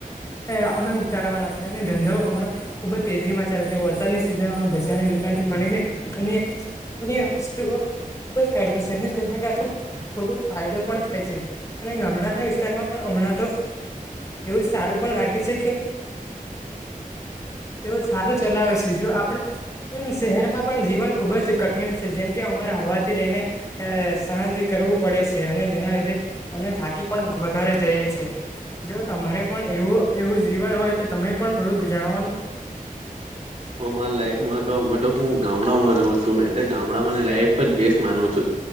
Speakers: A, on the left; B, on the right.
A: હ અમે ઉતારવાના છી અને ધંધો હમણાં ખુબ જ તેજી માં ચાલશે વ વરદની સિઝ બજારની દુકાન થી માંને અ અન વતુ ખુબ જ કાઢ તેના કારણે ખુબ જ ફાયદો પણ થાય છે અને ગામડાના વિસ્તારમાં પણ હમણાં તો એવું સારું પણ લાગે છે કે એવ સારું ચલાવે છે જો આપણે શહેરમાં પણ જીવન ખુબ જ કઠિન છે જેમ કે અમારા હવાથી લઈને સાંજ કરવું પડે છે અને જેના લીધે અમને થાકી પણ વધારે જઈ છે જો તમારે પણ એવું એવું જીવન હોય તો તમે પણ થોડુંક જણાવો ને.
B: અમારા લાઈફમાં તો અમે તો હું ગામડામાં રહ છું ગામડા લાઈફ જ બેસ્ટ માનું છું.